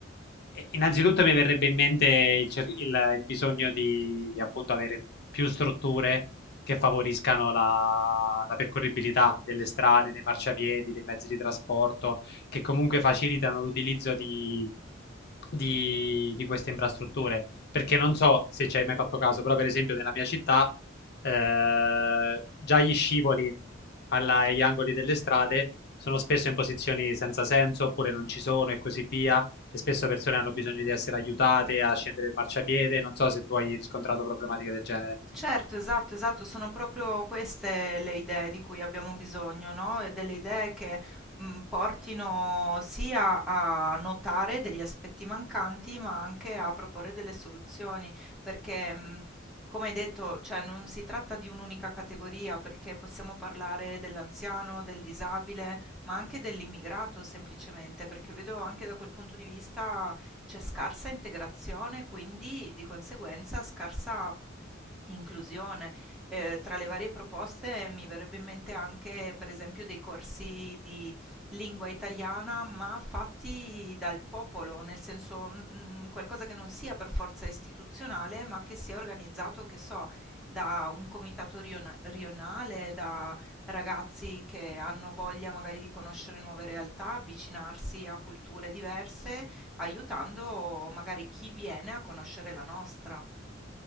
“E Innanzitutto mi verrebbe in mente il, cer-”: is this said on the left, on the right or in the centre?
Left